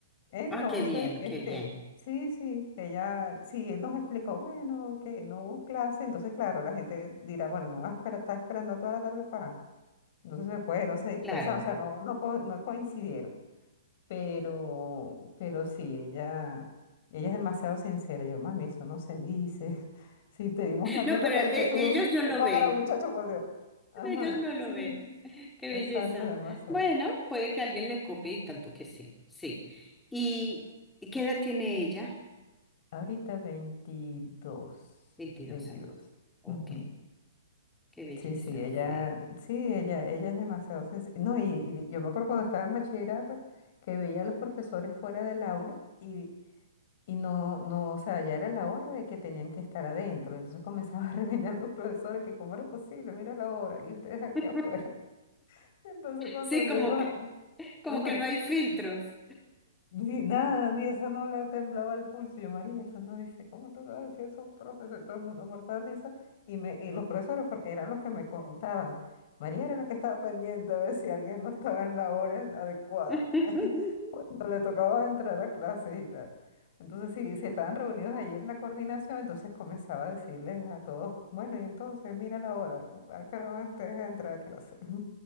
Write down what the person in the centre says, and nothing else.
Ah, qué bien,
qué bien.
Claro.
No, pero
eh,
ellos no
lo
ven.
Ellos no lo
ven. <laughs> Qué
belleza.
Bueno, puede que alguien le copie y tanto que sí. Sí. ¿Y y qué edad tiene ella?
Veintidós
años. Ok.
Qué belleza,
sí.
<laughs>
Sí,
como
que, como
que no hay filtros.
<laughs>